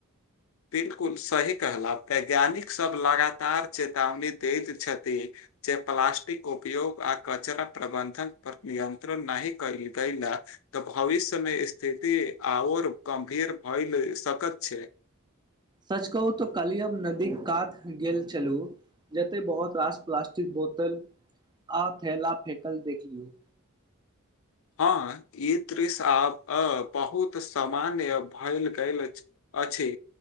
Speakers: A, on the left; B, on the right.
A: बिलकुल सही कहला वैज्ञानिक सभ लगातार चेतावनी दैत छथिन जे प्लास्टिक उपयोग आ कचरा प्रबन्धन पर नियत्रण नहि <unintelligible> त भविष्यमे स्थिति आऔर गंभीर भइ सकत छैय।
B: सच कहू तऽ कलि हम नदी कात गेल छलू जते बहुत रास प्लास्टिक बोतल आ थैला फेेकल देखलू।
A: हँ ई दृश्य आ बहुत सामान्य भैल गेल अछि। अछि